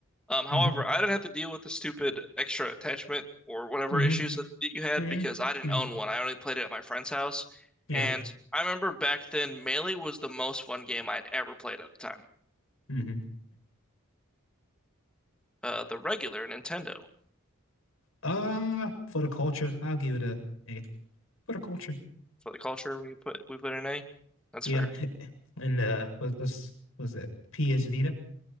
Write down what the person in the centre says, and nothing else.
Um, however,
I didn't have to deal with the stupid extra attachment or whatever
issues that, you had
because I didn't
own one. I only played it at my friend's house.
And I remember back then, Melee was the most fun game I'd ever played at the time.
Uh, the regular Nintendo
for the culture we put we put in A. That's
fair.